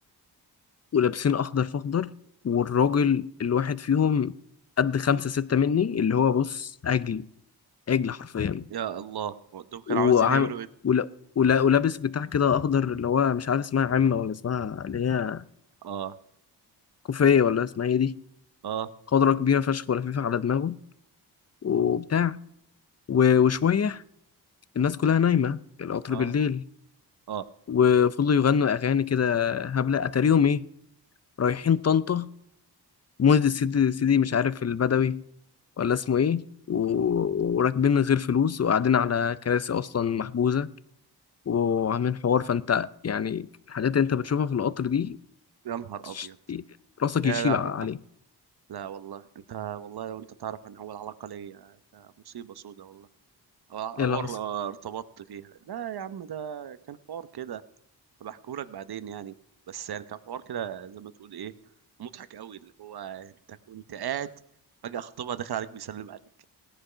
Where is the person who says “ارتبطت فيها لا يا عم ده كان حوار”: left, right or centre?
Right